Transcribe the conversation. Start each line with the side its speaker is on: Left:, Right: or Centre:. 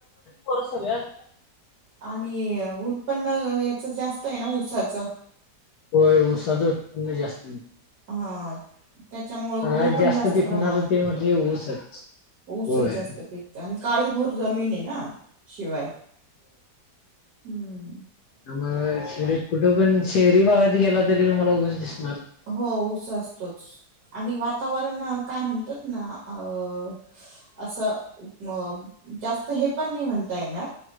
Left: बरं सगळ्याना,
Right: आणि य उत्पन्न अ याचं जास्त आहे ना ऊसाच.
Left: होय, उसाचं उत्पन्न जास्त हे.
Right: आय त्याच्यामुळं
Left: सगळ्यात
Right: गुळ पण जास्त
Left: पिकणारं
Right: प्रमाणात
Left: ते
Right: होतो.
Left: म्हणजे ऊसच
Right: ऊसचं
Left: होय
Right: जास्त पिकतं आणि- काळीभोर जमीन हे ना शिवाय - हूं.
Left: मग शहरीत कुठे पण शहरी भागात गेला तरी तुम्हाला ऊस दिस
Right: हो ऊस असतोच आणि वातावरण न- काय म्हणतात ना, अं असं, म जास्त हे पण नाही म्हण- ता येणार,